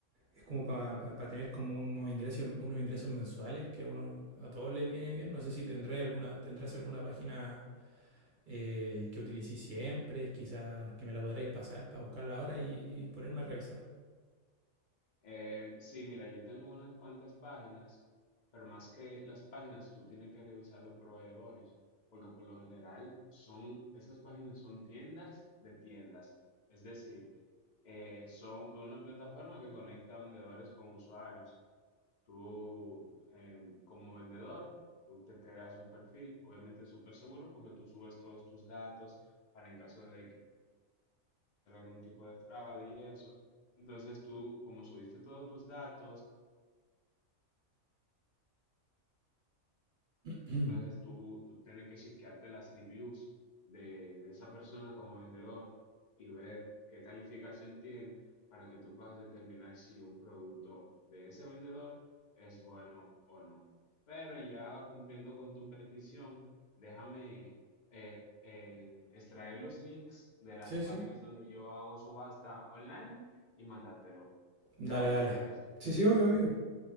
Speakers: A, on the right; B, on the left.
A: es como para tener como unos ingresos, unos ingresos mensuales que a uno, a todos les viene bien. No sé si tendráis alguna, tendrás alguna página eh, que utilicéis siempre, quizás que me la podréis pasar para buscarla ahora y, y ponerme a revisar.
B: Eh, sí, mira, yo tengo unas cuantas páginas, pero más que las páginas, tú tienes que revisar los proveedores, porque por lo general son, esas páginas son tiendas de tiendas, es decir, eh, son una plataforma que conecta vendedores con usuarios. Tú, eh, como vendedor, tú te creas un perfil, obviamente súper seguro, porque tú subes todos tus datos para en caso de que haya algún tipo de fraude y eso. Entonces tú, como subiste todos tus datos,
A: Mm,
B: Entonces tú, tú tienes que chequearte las reviews de, de esa persona como vendedor y ver qué calificación tiene para que tú puedas determinar si un producto de ese vendedor es bueno o no. Pero ya cumpliendo con tu petición, déjame eh, eh, extraer los links de las
A: Sí,
B: páginas
A: sí.
B: donde yo hago subasta online y mandártelo.
A: Dale,
B: ¿Qué va? ¿Me
A: dale.
B: esperas?
A: Sí, sí, obvio, obvio.